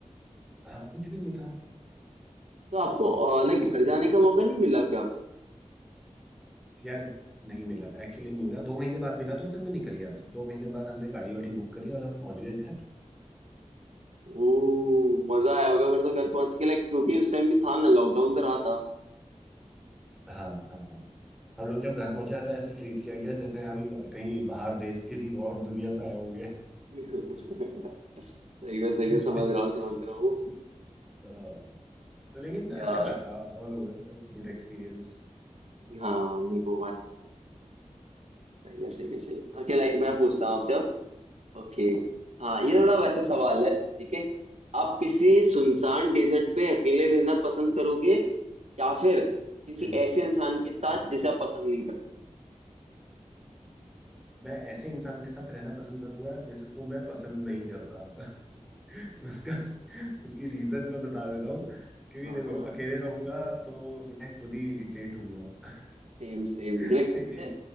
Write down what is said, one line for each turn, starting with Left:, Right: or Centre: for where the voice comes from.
Centre: हाँ कुछ भी नहीं था
Right: तो आपको
Centre: वो,
Right: लाइक घर जाने का मौका नहीं मिला क्या
Centre: यार नहीं मिला एक्चुअली नहीं मिला दो महीने बाद मिला तो फिर मैं निकल गया था दो महीने बाद हमने गाड़ी वाड़ी बुक करी और हम पहुंच गए घर
Right: ओ मजा आया होगा फिर तो घर पहुंच के लाइक क्योंकि उस टाइम भी था ना लॉकडाउन तो रहा था
Centre: हाँ हाँ हाँ हम लोग जब घर पहुंचे हमें ऐसे ट्रीट किया गया जैसे हम कहीं बाहर देश किसी और दुनिया से आए होंगे
Right: <laughs> सही है सही
Centre: <laughs>
Right: है समझ रहा हूँ समझ रहा हूँ
Centre: हाँ, तो लेकिन
Right: यार
Centre: अच्छा रहा था ऑल ओवर गुड एक्सपीरियंस
Right: हाँ नहीं वो बात तो है सही है सही है सही है ओके लाइक मैं पूछता हूँ आपसे अब ओके हाँ ये
Centre: हाँ
Right: थोड़ा वैसा सवाल है ठीक है आप किसी सुनसान डेजर्ट पे अकेले रहना पसंद करोगे या फिर किसी
Centre: हम्म,
Right: ऐसे इंसान के साथ
Centre: हम्म।
Right: जिसे आप पसंद नहीं करते
Centre: मैं ऐसे इंसान के साथ रहना पसंद करूंगा जिसको मैं पसंद नहीं करता <laughs> उसका उसकी रीजन मैं बता देता हूँ क्योंकि
Right: हाँ
Centre: देखो
Right: हाँ
Centre: अकेले रहूंगा तो मैं खुद ही इरिटेट होऊंगा
Right: सेम सेम
Centre: <laughs>
Right: मुझे लगता
Centre: ठीक है
Right: है